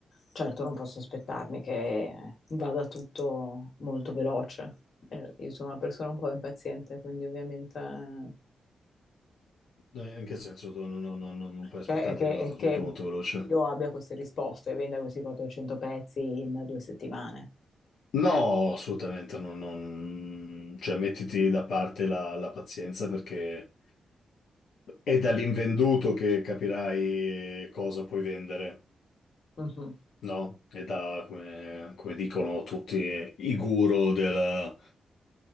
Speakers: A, on the left; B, on the left.
A: Certo, non posso aspettarmi che vada tutto molto veloce. Eh, io sono una persona un po' impaziente, quindi ovviamente eh,
B: Eh, In che senso? Tu Non, non- non- non puoi aspettarti
A: cioè, è che,
B: che vada
A: è che
B: tutto molto veloce?
A: io abbia queste risposte e venda questi 400 pezzi in due settimane.
B: No, assolutamente, non, non- cioè mettiti da parte la, la pazienza perché È dall'invenduto che capirai cosa puoi vendere,
A: Mhm,
B: no? È da, come, come dicono tutti, i guru, del,